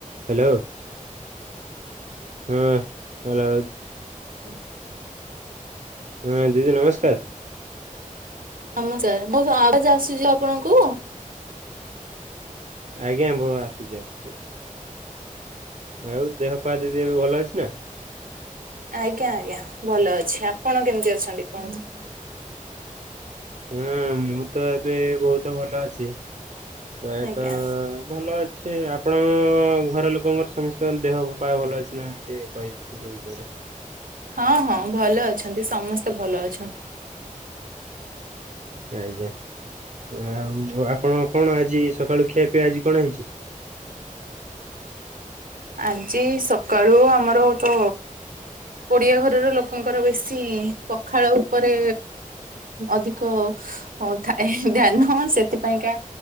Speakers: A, on the right; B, on the right.
A: Hello. ହଁ hello.
B: ହଁ।
A: ହଁ ଦିଦି ନମସ୍କାର।
B: ନମସ୍କାର ମୋ ଆବାଜ <inaudible> ଆସୁଚି ଆପଣଙ୍କୁ?
A: ଆଜ୍ଞା ଭୋ ଆସୁଚି ଆସୁଚି। ଆଉ ଦେହ ଫା ଦିଦି ଏବେ ଭଲ ଅଛି ନା?
B: ଆଜ୍ଞା ଆଜ୍ଞା ଭଲ ଅଛି ଆପଣ କେମିତି ଅଛନ୍ତି କୁହନ୍ତୁ?
A: ହଁ ମୁଁ ତ ଏବେ ବୋହୁତ ଭଲ ଅଛି। ପ୍ରାୟତଃ
B: ଆଜ୍ଞା।
A: ଭଲ ଅ ସେ ଆପଣ ଘର ଲୋକଙ୍କର ସମସ୍ତଙ୍କ ଦେହପା ଭଲ ଅଛି ନା ଟିକେ କହିବେ ସେ ବିଷୟରେ? ହୁଁ <inaudible>
B: ହଁ ହଁ ଭଲ ଅଛନ୍ତି ସମସ୍ତେ ଭଲ ଅଛନ୍ତି।
A: ଆଜ୍ଞା। ଆଉ ଆପଣ କଣ ଆଜି ସକାଳୁ ଖିଆ ପିଇଆ ଆଜି କଣ ହେଇଚି?
B: ଆଜି ସକାଳୁ ଆମର ତ ଓଡିଆ ଘରର ଲୋକଙ୍କର ବେଶୀ ପଖାଳ ଉପରେ ଅଧିକ ଥାଏ ଧ୍ୟାନ ସେଥ ସେଥିପାଇଁକା